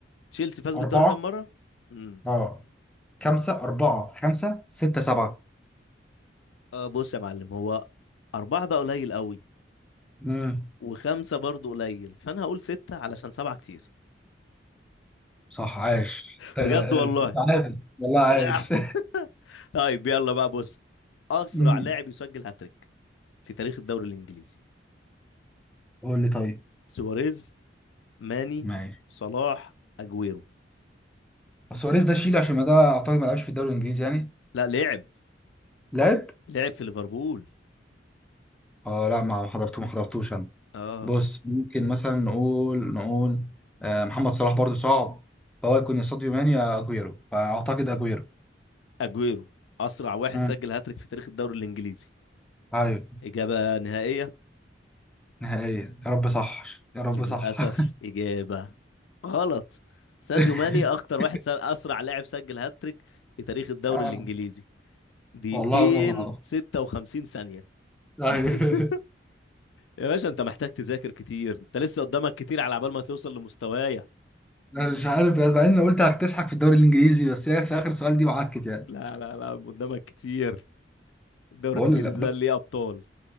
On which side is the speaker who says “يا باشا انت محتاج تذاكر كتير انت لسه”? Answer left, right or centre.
Left